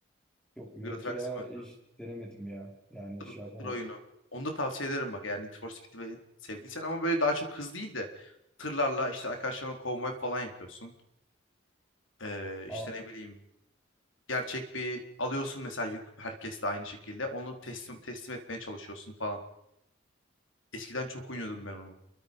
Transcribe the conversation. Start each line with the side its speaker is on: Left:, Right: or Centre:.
Centre: Yok Euro
Left: Euro Truck
Centre: Truck'a
Left: Simulator.
Centre: hiç denemedim ya. Yani
Left: Tır,
Centre: şey yapamadım.
Left: tır oyunu. Onu da tavsiye ederim bak eğer Need for Speed'i ve- sevdiysen ama böyle daha çok hız değil de tırlarla işte arkadaşlarına konvoy falan yapıyorsun. Ee,
Centre: Ha,
Left: işte ne bileyim gerçek bir alıyorsun mesela yük herkesle aynı şekilde onu teslim teslim etmeye çalışıyorsun falan. Eskiden çok oynuyordum ben onu.